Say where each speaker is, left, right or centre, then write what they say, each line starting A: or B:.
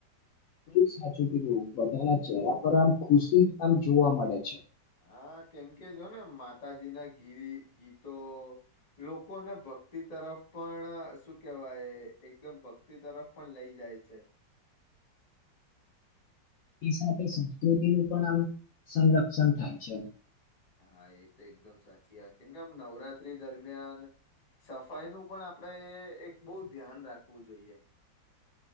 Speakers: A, on the left (about 90°); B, on the left (about 40°).
A: <unintelligible> સાચું કીધું બધાના ચહેરા પર આમ ખુશી આમ જોવા મળે છે.
B: હા, કેમ કે જોને માતાજીના ગી ગીતો લોકોને ભક્તિ તરફ પણ શું કેવાય એકદમ ભક્તિ તરફ પણ લઈ જાય છે.
A: તે સાથે સંસ્કૃતિનું પણ આમ સંરક્ષણ થાય છે.
B: હા, એ તો એકદમ સાચી વાત કેમ કે આમ નવરાત્રી દરમિયાન સફાઈનું પણ આપણેે એ એક બહુ ધ્યાન રાખવું જોઈએ.